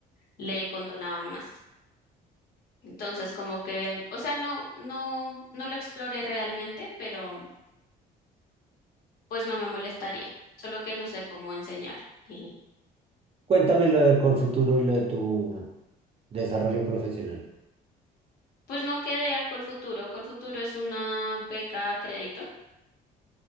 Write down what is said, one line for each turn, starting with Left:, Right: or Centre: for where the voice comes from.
Left: le condonaban más. Entonces, como que, o sea, no, no, no lo exploré realmente, pero pues no me molestaría. Solo que no sé cómo enseñar. Jiji.
Right: Cuéntame lo de Colfuturo y lo de tu desarrollo profesional.
Left: Pues no quedé a Colfuturo. Colfuturo es una beca a crédito